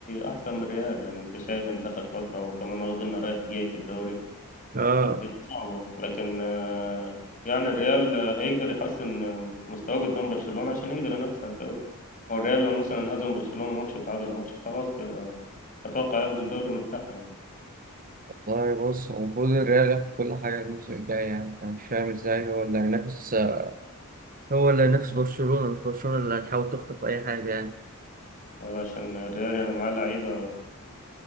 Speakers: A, on the left; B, on the right.
A: احسن من الريال يعني انت شايف انت اخر فتره وكمان واخدين رايح جاي في الدوري
B: اه
A: الدنيا صعبة لكن آه، يعني الريال آه، هيقدر يحسن آه، مستواه قدام برشلونة عشان يقدر ينافس على الدوري هو الريال لو مثلا هزم برشلونة ماتش وتعادل ماتش خلاص كده أتوقع ياخدوا الدوري مرتاح يعني
B: والله بص هو المفروض الريال ياخد كل حاجة الموسم الجاي يعني أنا مش فاهم إزاي هو اللي هينافس آه، هو اللي نفس برشلونة مش برشلونة اللي هتحاول تخطف أي حاجة يعني
A: هو عشان الريال يعني معاه لعيبة